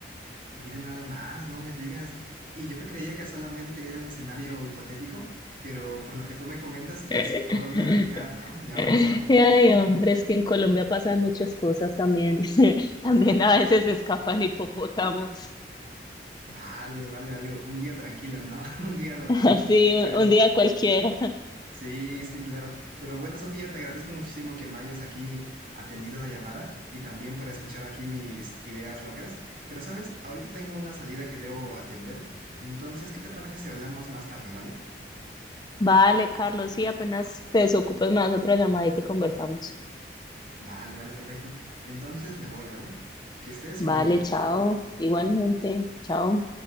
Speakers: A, on the right; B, on the left.
A: Mira nada más, no me digas. Y yo que creía que solamente era un escenario hipotético, pero por lo que tú me comentas, ya
B: <laughs>
A: es toda una realidad, ¿no?
B: <laughs>
A: Ya ha pasado.
B: Ay, hombre, es que en Colombia pasan muchas cosas también. <laughs> También a veces escapan hipopótamos.
A: Vale, vale, algo. Un día tranquilo, ¿no? <laughs> Un día normal.
B: <laughs> Así,
A: Pero
B: un día cualquiera.
A: sí, sí, claro. Pero bueno, Sofía, te agradezco muchísimo que me hayas aquí atendido la llamada y también por escuchar aquí mis ideas locas. Pero sabes, ahorita tengo una salida que debo atender. Entonces, ¿qué te parece si hablamos más tarde, ¿vale?
B: Vale, Carlos, sí, apenas te desocupes, más otra llamada y te conversamos.
A: Vale, vale, perfecto. Entonces me voy, ¿vale? Que estés
B: Vale,
A: muy bien.
B: chao. Igualmente, chao.